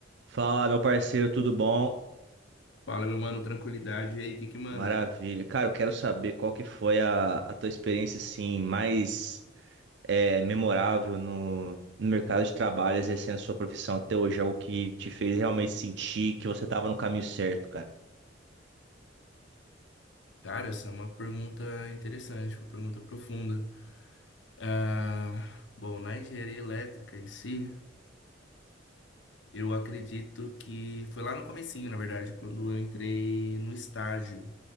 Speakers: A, on the right; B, on the left.
A: Fala, meu parceiro, tudo bom?
B: Fala, meu mano, tranquilidade. E aí, o que que manda?
A: Maravilha. Cara, eu quero saber qual que foi a, a tua experiência, assim, mais é, memorável no, no mercado de trabalho, exercendo sua profissão até hoje, algo que te fez realmente sentir que você estava no caminho certo, cara.
B: Cara, essa é uma pergunta interessante, uma pergunta profunda. Ah, bom, na engenharia elétrica em si, eu acredito que foi lá no comecinho, na verdade, quando eu entrei no estágio.